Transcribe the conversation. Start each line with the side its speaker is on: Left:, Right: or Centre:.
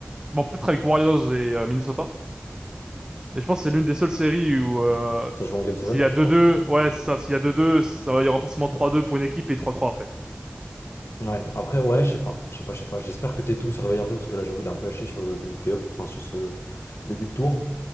Right: bon, peut-être avec Warriors et euh, Minnesota, mais je pense que c'est l'une des seules séries où, euh,
Left: Ça se joue en Game 7,
Right: s'il y a deux
Left: tu penses?
Right: deux, ouais, c'est ça, s'il y a deux deux, ça va, il y aura forcément trois deux pour une équipe et trois trois après.
Left: Ouais, après, ouais, je sais pas. Je sais pas, je sais pas. J'espère que Tatum se réveille un peu, parce que là, j'avoue, il est un peu haché sur ce début de playoff, enfin, sur ce début de tour.